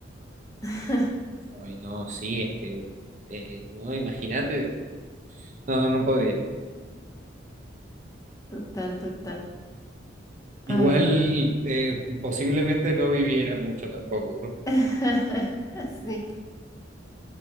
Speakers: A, on the left; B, on the right.
A: <laughs>
B: Ay, no, sí, es que, eh, no, imagínate, no, no no podría.
A: Total, total. A
B: Igual,
A: ver.
B: eh, posiblemente no viviera mucho tampoco, ¿no?
A: <laughs> Sí.